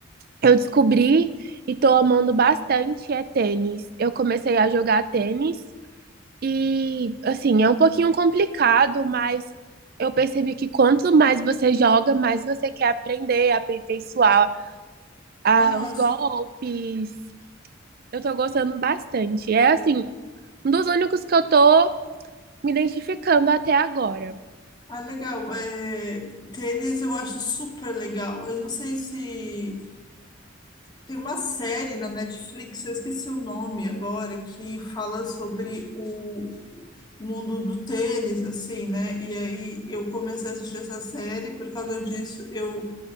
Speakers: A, on the right; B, on the left.
A: eu descobri e tô amando bastante, é tênis. Eu comecei a jogar tênis e, assim, é um pouquinho complicado, mas eu percebi que quanto mais você joga, mais você quer aprender, aperfeiçoar, ah,
B: Nossa.
A: os golpes. Eu tô gostando bastante. É, assim, um dos únicos que eu tô me identificando até agora.
B: Ah, legal. É, tênis eu acho super legal. Eu não sei se tem uma série na Netflix, eu esqueci o nome agora, que fala sobre o, o mundo do tênis, assim, né? E aí eu comecei a assistir essa série, por causa disso eu,